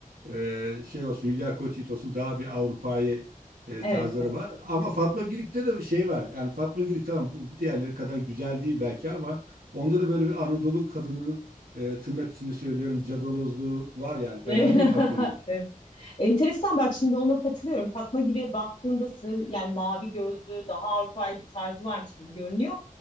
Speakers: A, on the right; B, on the left.
A: e, şey olsun Hülya Koçyiğit olsun daha bir Avrupa'yı e,
B: Evet,
A: tarzları
B: evet.
A: var. Ama Fatma Girik'te de bir şey var. Yani Fatma Girik tamam bu, bu diğerleri kadar güzel değil belki ama onda da böyle bir Anadolu kadının e, tırnak içinde söylüyorum cadalozluğu var yani.
B: <laughs>
A: Fena değil Fatma Girik.
B: Evet. Enteresan bak şimdi ona katılıyorum. Fatma Giri'ye baktığında sır yani mavi gözlü daha Avrupa'yı bir tarzı varmış gibi görünüyor.